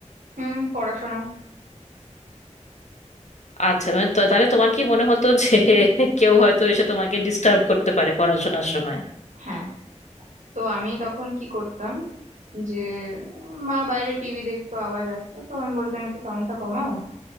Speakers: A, on the right; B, on the left.
A: হুম পড়াশোনা
B: আচ্ছা মানে তো- তাহলে তোমার কি মনে হতো যে <laughs> কেউ হয়তো এসে তোমাকে ডিস্টার্ব করতে পারে পড়াশোনার সময়
A: হ্যাঁ তো আমি তখন কি করতাম যে মা বাইরে টিভি দেখতো আওয়াজ আসতো তো আমি বলতাম একটু সাউন্ডটা কমাও